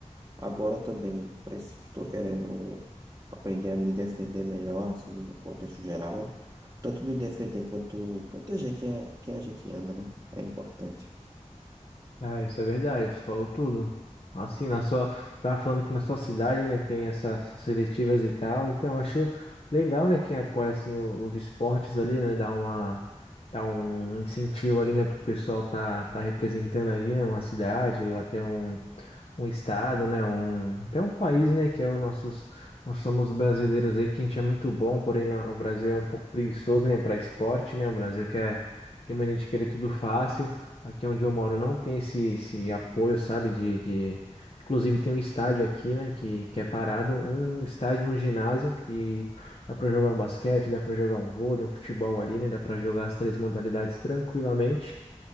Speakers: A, on the right; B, on the left.
A: agora também estou querendo aprender a me defender melhor, assim, no contexto geral. Tanto me defender quanto proteger quem, é- quem a gente ama, né? É importante.
B: Ah, isso é verdade, você falou tudo. Assim, na sua, você tava falando que na sua cidade, né, tem essas, essas seletivas e tal, então eu acho legal, né, quem apoia, assim, o- os esportes ali, né, dá uma, dá um incentivo ali, né, pro pessoal tá, tá representando ali, né, uma cidade ou até um um estado, né, um, até um país, né, que é o nossos, nós somos brasileiros aí, que a gente é muito bom, porém na- o Brasil é um pouco preguiçoso, né, para esporte, né, o Brasil quer, tem mania de querer tudo fácil, aqui onde eu moro não tem esse, esse apoio, sabe, de, de, inclusive tem um estádio aqui, né, que, que é parado, um estádio, um ginásio, que dá para jogar um basquete, dá para jogar um vôlei, um futebol ali, né, dá para jogar as três modalidades tranquilamente,